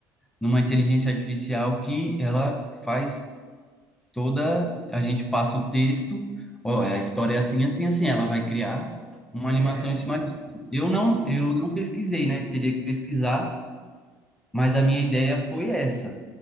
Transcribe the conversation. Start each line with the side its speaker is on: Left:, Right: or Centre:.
Centre: numa inteligência artificial que ela faz toda, a gente passa o texto, ó, a história é assim, assim, assim, ela vai criar uma
Right: É,
Centre: animação em cima disso. Eu
Right: e
Centre: não,
Right: é
Centre: eu não pesquisei, né? Teria que pesquisar, mas a minha ideia foi essa,